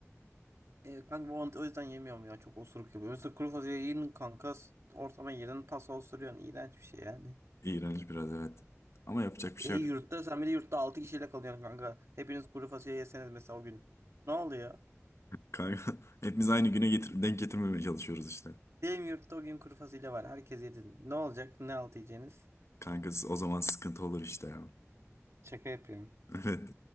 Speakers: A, on the right; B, on the left.
A: E, kanka bu mantı o yüzden yemiyorum ya çok osuruk yapıyor. Mesela kuru fasulye yiyin kanka ortama girdin tasa osuruyorsun. İğrenç bir şey yani.
B: İğrenç biraz evet. Ama yapacak bir şey
A: E
B: yok.
A: yurtta sen bir de yurtta 6 kişiyle kalıyorsun kanka. Hepiniz kuru fasulye yeseniz mesela o gün. Ne oluyor?
B: Kanka <laughs> hepimiz aynı güne getir denk getirmemeye çalışıyoruz işte.
A: Benim yurtta o gün kuru fasulye var. Herkes yedi. Ne olacak? Ne altı yiyeceğiniz?
B: Kankası o zaman sıkıntı olur işte ya.
A: Şaka yapıyorum.
B: Evet.